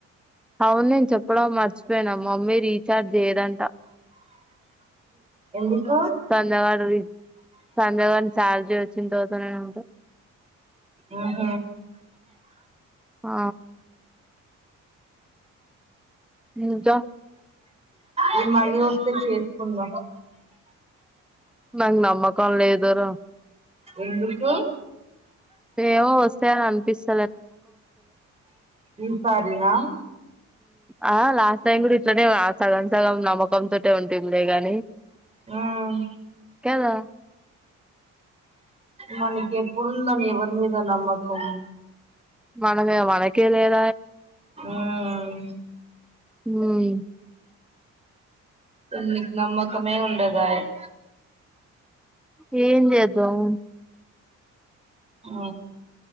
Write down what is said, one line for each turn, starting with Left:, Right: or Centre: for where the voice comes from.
Centre: అవునేన్ చెప్పడం మర్చపోయ్న మమ్మీ రీఛార్జ్ చేయ్యదంట
Right: ఎందుకు
Centre: సంజవాడది సంజగాని సాలరీ వచ్చిన్ తర్ మనన్నేమనంటే
Right: అహ
Centre: ఆ నిజం
Right: ఈ మనీ వస్తే చేసుకుందాం
Centre: నాకు నమ్మకం లేదురా
Right: ఎందుకు
Centre: ఏమో వస్తాయ అని అనిపిస్త
Right: ఈసారీనా
Centre: ఆ లాస్ట్ టైం కూడా ఇట్లనే సగం సగం నమ్మకంతోటే ఉంటుం లే గానీ
Right: హమ్
Centre: కదా
Right: మళ్ళీ ఇప్పుడు ఉందా మీద నమ్మకం
Centre: మన మీద మనకే లేదు
Right: హమ్
Centre: ఉమ్
Right: నీకు నమ్కమే ఉండ దాయే <inaudible>
Centre: అ ఏం జేద్ధం
Right: ఓ